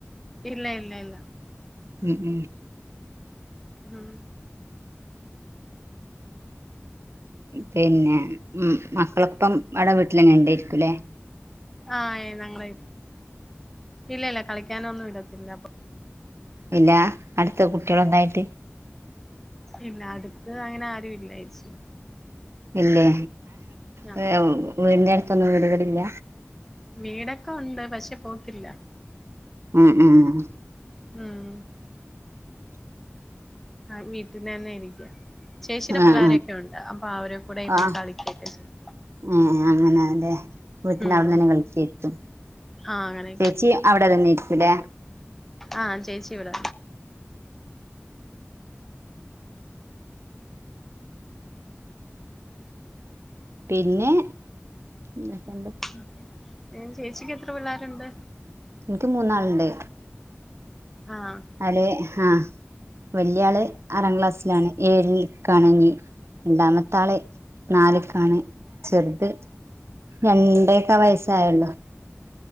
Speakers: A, in the centre; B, on the right (about 70°).
A: ഇല്ല ഇല്ല ഇല്ല
B: ഉം
A: ഉം
B: പിന്നെ മ മക്കളപ്പം അവിടെ വീട്ടിലന്നെ ഉണ്ടായിരിക്കൂല്ലേ
A: ആഹ യ് ങ്ങള ഇല്ലല്ല കളിക്കാനൊന്നും ഇടത്തില്ല അപ്പൊ
B: പിന്നെ അടുത്ത കുട്ടികളൊക്കെന്നായിട്ട്
A: ഇല്ല അടുത്ത് അങ്ങനെ ആരും ഇല്ലാ ചേച്ചി
B: ഇല്ലേ
A: അതെ
B: വീടിന്റെ അടുത്തൊന്നും വീടുകളില്ല
A: വീടൊക്കെ ഉണ്ട് പക്ഷെ പോക്കില്ല
B: ഉം ഉം
A: ഉം ആഹ് വീട്ടിലന്നെ ഇരിക്കും ചേച്ചിടെ പിള്ളോരൊക്കെ
B: ആഹ്
A: ഉണ്ട് അപ്പൊ അവരെ കൂടെ ഇരുന്ന്
B: ആഹ്
A: കളിക്കുകയക്കെ ചെയ്യും
B: ആഹ് അങ്ങനെ അതെ വീട്ടന്റെ
A: ഉം
B: അവിടെന്ന തന്നെ കളിച്ചക്കും
A: ആഹ് അങ്ങനെ
B: ചേച്ചി അവിടെ തന്നെ ഇരികുലേ
A: ആഹ് ചേച്ചി ഇവിടെ
B: പിന്നെ എന്തൊക്കണ്ട്
A: <unintelligible> ൻ ചേച്ചിക്ക് എത്ര പിള്ളേരുണ്ട്
B: എനിക്ക് മൂന്നാളുണ്ട്
A: ആഹ്
B: ആള് ആഹ് വലിയ ആള് ആറാം ക്ലാസ്സിലാണ് ഏഴിൽ കണങ്ങി രണ്ടാമത്തെ ത്താള് നാല്ക്കാണ് ചെറ്ത് രണ്ടേകാ വയസ്സായുള്ളു